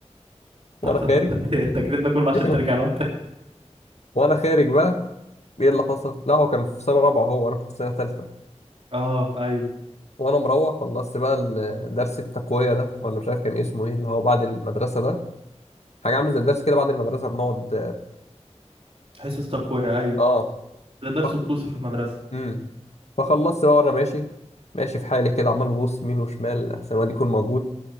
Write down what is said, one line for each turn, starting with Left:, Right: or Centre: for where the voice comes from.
Left: وانا
Right: طب طب- طب-
Left: خارج
Right: طب- <laughs> التجريد ده كله عشان
Left: <clears throat>
Right: ترجع لهم تاني
Left: وانا خارج بقى ايه اللي حصل لا هو كان في سنه رابعه هو انا كنت في سنه ثالثه
Right: اه ايوه
Left: وانا مروح خلصت بقى ال- درس التقويه ده ولا مش عارف كان إيه اسمه ايه اللي هو بعد المدرسه ده حاجه عامله زي الدرس كده بعد المدرسه بنقعد
Right: حصص تقويه ايوه
Left: اه
Right: ده درس
Left: فك...
Right: خصوصي في المدرسه
Left: امم فخلصت بقى وانا ماشي ماشي في حالي كده عمال ببص يمين وشمال احسن ما دي يكون موجود